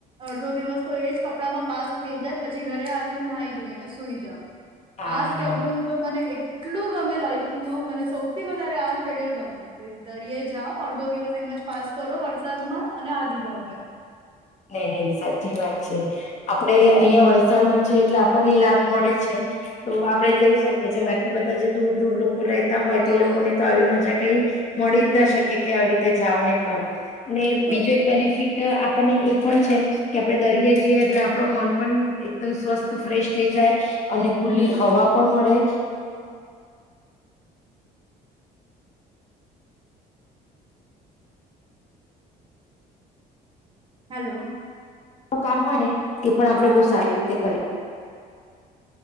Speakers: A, on the right; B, on the left.
A: અડધો દિવસ તો એજ કપડામાં પાસ થઈ જાય પછી ઘરે આવીને નાહી ધોઈને સુઈ જાવ.
B: હા.
A: આજ કઢ અને એટલું ગમે લાઈફ ન મને સૌથી વધારે આ શેડ્યુલ ગમે દરયે જાઓ અડધો દિવસ એમ જ પાસ કરો વરસાદમાં અને આવી જાવ ઘરે.
B: નહી નહી સાચી વાત. છે આપડે અહિયાં વલસાડમાં છે એટલે આપણને લાભ મળે છે તો આપડે જઈ શકીએ. કે જે બાકી બધા જે દૂર દૂર લોકો રેતા હોય
A: હા.
B: તે લોકો ને તો આવી મજા કઈ મળી જ ના શકે કે આવી રીતે જાઓ ને કરો. ને
A: તો
B: બીજે ટ આપણને એ પણ છે કે આપણે દરિય જઈએ એટલે આપડ મન પણ એકદમ સ્વસ્થ ફ્રેશ થઈ જાય અને ખુલ્લી હવા પણ મળે.
A: હેલો.
B: તો કામ હોયને. એ પણ આપણેે
A: હા
B: બહુ સારી રીતે કરી